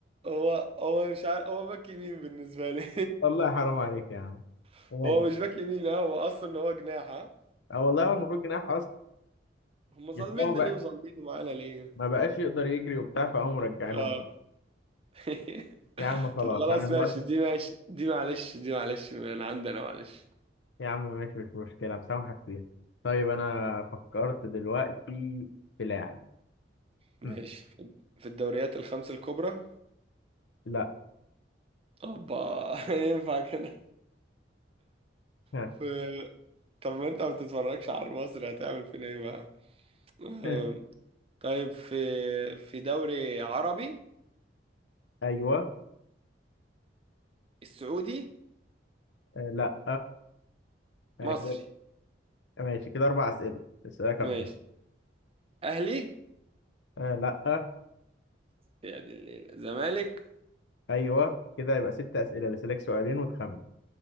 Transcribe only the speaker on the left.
والله حرام عليك يا عم
ماشي
أه والله هو المفروض جناح أصلا
بس هو بقى
ما بقاش يقدر يجري وبتاع فقاموا مرجعينه
ورا
يا عم خلاص
أنا دلوقتي
يا عم ماشي مش مشكلة مسامحك فيها طيب أنا فكرت دلوقتي في لاعب
هم،
لا
ها،
ها،
أيوه
آه، لا آه،
ماشي كده أربع أسئلة أسألك أربعة
آه لأ
أيوه كده يبقى ست أسئلة لسه لك سؤالين وتخمن